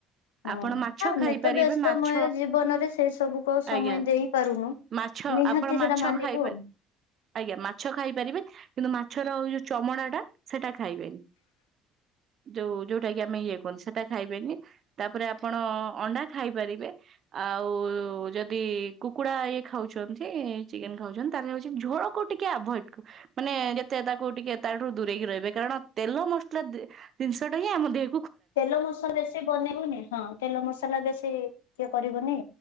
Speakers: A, on the left; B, on the right.
A: ହଁ
B: ଆପଣ ମାଛ
A: ଆମେ
B: ଖାଇପାରିବେ
A: ତ ବ୍ୟସ୍ତମୟ
B: ମାଛ
A: ଜୀବନରେ ସେଇ ସବୁକୁ ଆଉ ସମୟ
B: ଆଜ୍ଞା
A: ଦେଇ ପାରୁନୁ।
B: ମାଛ
A: ନିହାତି
B: ଆପଣ
A: ସେଟା
B: ମାଛ
A: ମାନିବୁ
B: ଖାଇବେ।
A: ଆଉ।
B: ଆଜ୍ଞା ମାଛ ଖାଇପାରିବେ କିନ୍ତୁ ମାଛର ଯୋଉ ଚମଡ଼ା ଟା ସେଟା ଖାଇବେ। ଯୋଉ ଯୋଉଟା କି ଆମେ ଇଏ କରୁନୁ ସେଟା ଖାଇବେନି। ତାପରେ ଆପଣ ଅଣ୍ଡା ଖାଇପାରିବେ। ଆଉ ଯଦି କୁକୁଡା ଇଏ ଖାଉଛନ୍ତି ଚିକେନ୍ ଖାଉଛନ୍ତି ତାହେଲେ ହଉଛି ଝୋଳ କୁ ଟିକେ ଆଭଏଡ କର। ମାନେ ଯେତେ ତାକୁ ଟିକେ ତାଠାରୁ ଦୂରେଇକି ରହିବେ। କାରଣ ତେଲ ମସଲା ଦି- ଜିନିଷ ଟା ହିଁ ଆମ ଦେହ
A: ତେଲ ମସଲା ବେଶୀ ବନେଇବୁନି ହଁ ତେଲ ମସଲା ବେଶୀ ଇଏ କରିବୁନି।